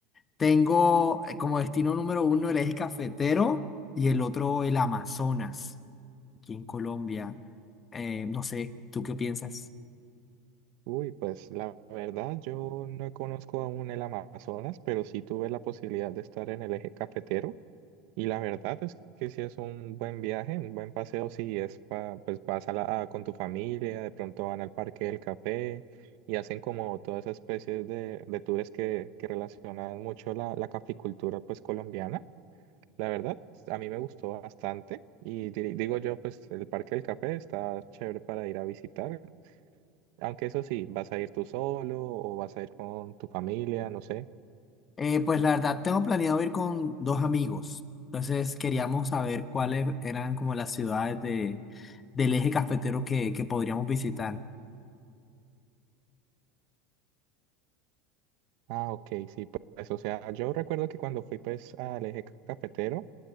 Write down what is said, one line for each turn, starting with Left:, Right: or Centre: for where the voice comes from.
Left: Tengo eh, como destino número uno el eje cafetero y el otro el Amazonas, aquí en Colombia. Eh, no sé, ¿tú qué piensas?
Right: Uy, pues la verdad, yo no conozco aún el Amazonas, pero sí tuve la posibilidad de estar en el eje cafetero. Y la verdad es que sí es un buen viaje, un buen paseo, si es pa- pues vas a la- a- con tu familia, de pronto van al Parque del Café y hacen como todas esas especies de, de tours que, que relacionan mucho la, la caficultura pues colombiana. La verdad, a mí me gustó bastante y di- digo yo, pues el Parque del Café está chévere para ir a visitar, aunque eso sí, vas a ir tú solo o vas a ir con tu familia, no sé.
Left: Eh, pues la verdad, tengo planeado ir con dos amigos. Entonces queríamos saber cuáles eran como las ciudades de, del eje cafetero que, que podríamos visitar.
Right: Ah, ok, sí, pu- pues, o sea, yo recuerdo que cuando fui pues al eje cafetero,